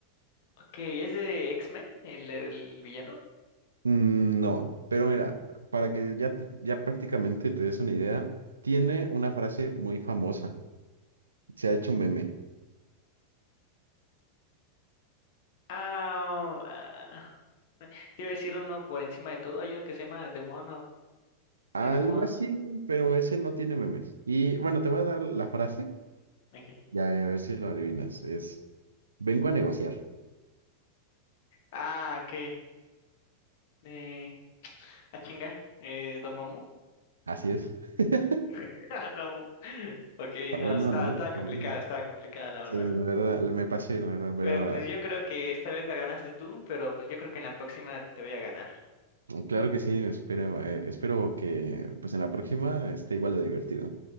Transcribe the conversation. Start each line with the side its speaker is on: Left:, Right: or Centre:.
Left: Ok, ¿es de X-Men, el, el villano?
Right: Mm, No, pero mira, para que ya, t- ya prácticamente te des una idea, tiene una frase muy famosa. Se ha hecho un meme.
Left: Ah, ah, te iba a decir uno por encima de todo. Hay uno que se llama The One of...
Right: Algo
Left: eh, The One...
Right: así, pero ese no tiene memes. Y bueno, te voy a dar la frase.
Left: Okay.
Right: Ya, a ver si lo adivinas. Es, vengo a negociar.
Left: Ah, ok. Eh, ah, chinga. Eh, ¿Don Mamu?
Right: Así es. <laughs> Está
Left: <laughs> Ah, no. Ok, no,
Right: bueno,
Left: está,
Right: ¿no?
Left: está
Right: Está
Left: complicada,
Right: bueno.
Left: está complicada, la
Right: Sí,
Left: verdad.
Right: la verdad, me pasé, la verdad,
Left: Pero pues yo creo que esta vez la ganaste tú, pero pues yo creo que en la próxima te voy a ganar.
Right: pero claro que sí, espero, eh, espero que pues en la próxima esté igual de divertido.